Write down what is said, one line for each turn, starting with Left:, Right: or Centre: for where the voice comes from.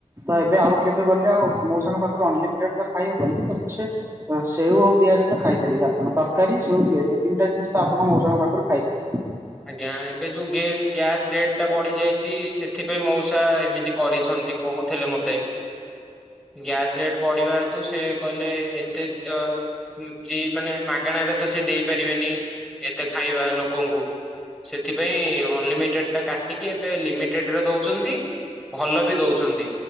Right: ତ ଏବେ ଆଉ କେବେ ଗଲେ ଆଉ ମଉସାଙ୍କ ପାଖରୁ ଅନଲିମିଟେଡ ତ ଖାଇ ହବନି, ପଛେ ସେଉ ଆଉ ପି ପିଆଜ ତ ଖାଇପାରିବେ ଆପଣ ତରକାରୀ ସେଉ ପିଆଜ ଏ ତିନିଟା ଜିନିଷ ଆପଣ ମଉସାଙ୍କ ପାଖରୁ ଖାଇବେ।
Centre: ଆଜ୍ଞା! ଏବେ ଯୋଉ ଗେସ୍ ଗ୍ୟାସ୍ ରେଟ୍ ଟା ବଢ଼ିଯାଇଛି ସେଥିପାଇଁ ମଉସା ଏମିତି କରିଛନ୍ତି। କହୁଥିଲେ ମତେ। ଗ୍ୟାସ ରେଟ୍ ବଢିବା ହେତୁ ସେ କହିଲ ଏତେ ତ ଯିଏ ମାନେ ମାଗଣାରେ ତ ସେ ଦେଇ ପାରିବେନି ଏତେ ଖାଇବା ଲୋକଙ୍କୁ। ସେଥିପାଇଁ ଅନଲିମିଟେଡ ଟା କାଟିକି ଏବେ ଲିମିଟ୍ ଟରେ ଦଉଛନ୍ତି ଭଲ ବି ଦଉଛନ୍ତି,